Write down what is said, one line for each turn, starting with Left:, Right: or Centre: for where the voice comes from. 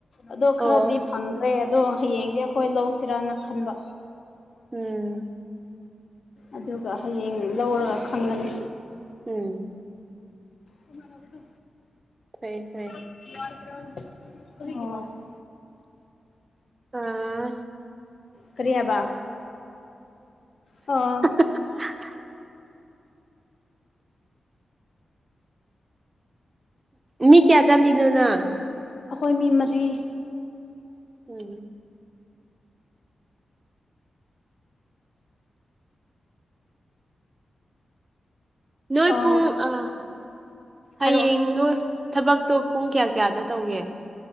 Left: ꯑꯗꯣ ꯈꯔꯗꯤ
Right: ꯑꯣ
Left: ꯐꯪꯈ꯭ꯔꯦ ꯑꯗꯣ ꯍꯌꯦꯡꯖꯦ ꯑꯈꯣꯏ ꯂꯧꯁꯤꯔꯅ ꯈꯟꯕ
Right: ꯎꯝ
Left: ꯑꯗꯨꯒ ꯍꯌꯦꯡ ꯂꯧꯔꯒ ꯈꯪꯉꯅꯤ
Right: ꯎꯝ
Left: ꯇꯣꯉꯥꯟꯅꯕꯗꯨ
Right: ꯐꯩ ꯐꯩ
Left: <unintelligible> ꯑꯣ
Right: ꯑꯥ
Left: ꯀꯔꯤꯍꯥꯏꯕ ꯑꯣ
Right: <inaudible> ꯃꯤ ꯀꯌꯥ ꯆꯠꯂꯤꯅꯣ ꯅꯪ
Left: ꯑꯩꯈꯣꯏ ꯃꯤ ꯃꯔꯤ
Right: ꯎꯝ ꯅꯣꯏ
Left: ꯑꯥ
Right: ꯄꯨꯡ ꯑꯥ ꯍꯌꯦꯡꯗꯣ
Left: ꯍꯥꯏꯔꯛꯑꯣ
Right: ꯊꯕꯛꯇꯣ ꯄꯨꯡ ꯀꯌꯥ ꯀꯌꯥꯗ ꯇꯧꯒꯦ